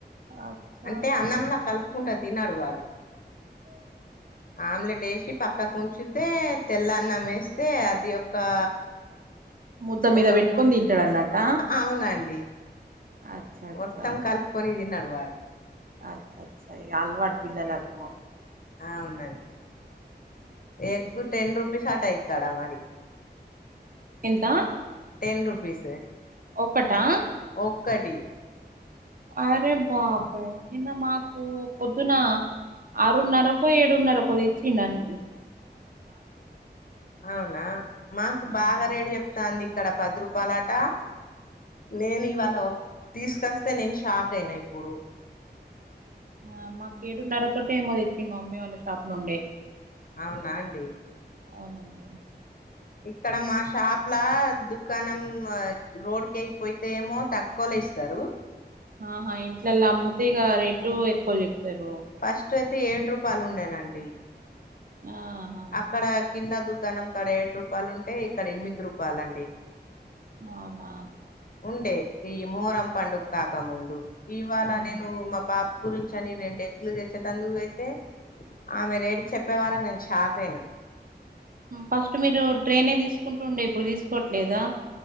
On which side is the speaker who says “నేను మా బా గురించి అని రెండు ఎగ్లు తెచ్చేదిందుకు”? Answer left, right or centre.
Left